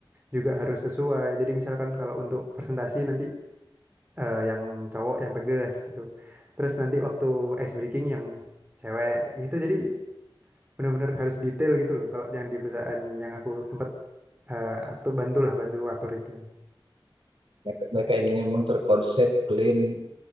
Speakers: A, on the right (about 20°); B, on the right (about 80°).
A: juga harus sesuai. Jadi misalkan kalau untuk presentasi nanti eh, yang cowok yang tegas gitu. Terus nanti waktu ice breaking yang cewek itu jadi benar-benar harus detail gitu loh kalau yang di perusahaan yang aku sempat eh atau bantulah bantu atur itu
B: Mereka, mereka inginnya memang terkonsep clean,